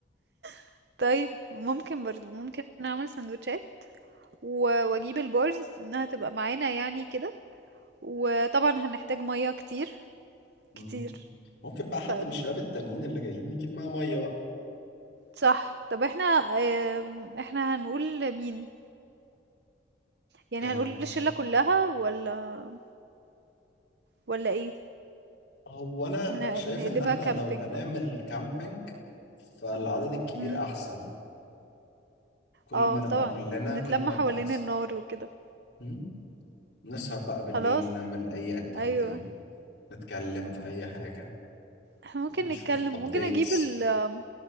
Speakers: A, on the right (about 60°); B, on the left (about 60°).
A: <laughs> طيب ممكن برضو ممكن نعمل سندوتشات و- واجيب البارز انها تبقى معانا يعني كده وطبعًا هنحتاج مَيّة كتير،
B: مم.
A: كتير،
B: ممكن بقى حد
A: فدي
B: من الشباب التانيين اللي جايين يجيب معاه ميه بقى
A: صح. طب إحنا آمم، إحنا هنقول لمين؟ يعني
B: أم،
A: هنقول للشلة كلّها والّا والّا إيه؟
B: هو انا
A: ن
B: شايف
A: نقلبها
B: ان احنا
A: camping
B: لو هنعمل
A: بقى.
B: كامبينج فالعدد الكبير
A: إمم،
B: احسن كل
A: آه
B: ما نبقى
A: طبعًا،
B: كلنا
A: ونتلم
B: كل ما
A: حوالين
B: يبقى احسن
A: النار وكده.
B: هم؟ نسهر بقى بالليل
A: خلاص،
B: نعمل اي اكتيفيتي
A: أيوه.
B: نتكلم في اي حاجة
A: إحنا ممكن
B: نشوف
A: نتكلم
B: ابديتس
A: ممكن أجيب ال آم،